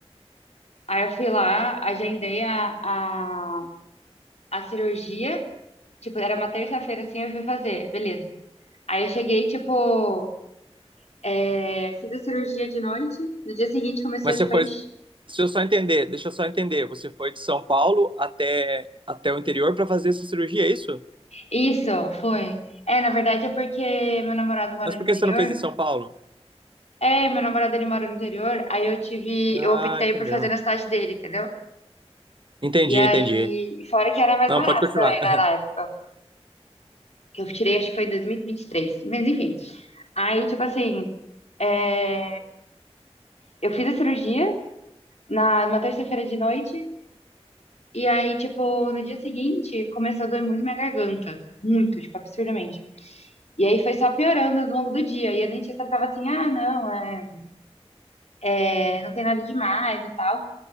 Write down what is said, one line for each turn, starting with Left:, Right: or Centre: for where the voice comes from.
Left: aí eu fui lá, agendei a, a a cirurgia, Tipo, era uma terça-feira assim, eu fui fazer, beleza. Aí eu cheguei, tipo, é, fiz a cirurgia de noite, no dia seguinte começou,
Right: Mas
Left: tipo,
Right: você foi,
Left: a encher.
Right: deixa eu só entender, deixa eu só entender. Você foi de São Paulo até até o interior para fazer essa cirurgia, é isso?
Left: Isso, foi. É, na verdade é porque meu namorado mora
Right: Mas por
Left: no interior.
Right: que você não fez em São Paulo?
Left: É, meu namorado ele mora no interior, aí eu tive,
Right: Ah,
Left: eu optei
Right: entendeu.
Left: por fazer na cidade dele, entendeu?
Right: Entendi,
Left: E aí,
Right: entendi.
Left: fora que era mais
Right: Não,
Left: barato
Right: pode continuar.
Left: também,
Right: <laughs>
Left: né, na época, que eu tirei, acho que foi em dois mil e e vinte e três. mas enfim. Aí, tipo assim, é, eu fiz a cirurgia na, numa terça-feira de noite. E aí, tipo, no dia seguinte, começou a doer muito minha garganta. Muito, tipo, absurdamente. E aí foi só piorando ao longo do dia. E a dentista ficava assim, ah, não, é, é, não tem nada demais e tal.